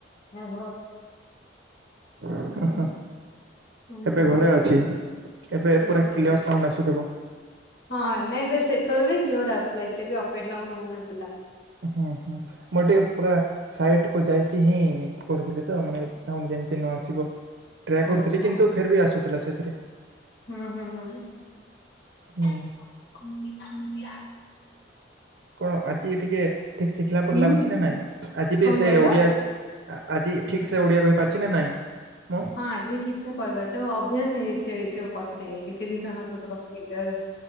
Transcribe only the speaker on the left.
ମେଘ
ହୁଁ
ହୁଁ
ଓହୋ।
ହଁ ନାଇଁ ବେଶ ସେତେବେଳେବି କ୍ଲିୟର ଆସୁଥିଲା ଏତେବି ଅପ ଆଣ୍ଡ ଡାଉନ୍ ହଉନଥିଲା।
ଓହୋ
ହୁଁ ହୁଁ ଉଁ
ଉଁ।
ଉଁ
କଣ
କହିଲ?
ହଁ ଆଜି ଠିକସେ କହିପାରୁଚ ଅଭ୍ୟାସ ହେଇଯାଇଥିିବ କଥା ହେଇକି ତିରିଶି ଜଣ ସହ କଥା ହେଇକି।